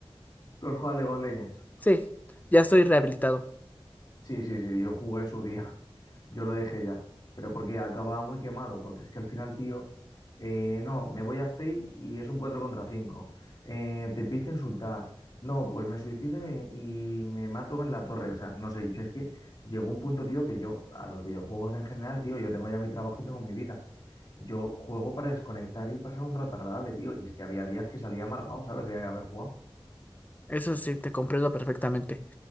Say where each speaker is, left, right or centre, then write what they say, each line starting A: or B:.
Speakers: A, on the left; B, on the left.
A: Los juega League of Legends.
B: Sí, ya estoy rehabilitado.
A: Sí, sí, sí, yo jugué en su día, yo lo dejé ya, pero porque acababa muy quemado, porque es que al final, tío, eh, no, me voy a Fake y es un 4 contra 5. eh, te empiezo a insultar, no, pues me suicido y me, y me mato con la torre, o sea, no sé, yo es que llegó un punto, tío, que yo a los videojuegos en general, tío, yo tengo ya mi trabajo y tengo mi vida, yo juego para desconectar y pasar un rato agradable, tío, y es que había días que salía amargado, ¿sabes? De haber jugado.
B: Eso sí, te comprendo perfectamente.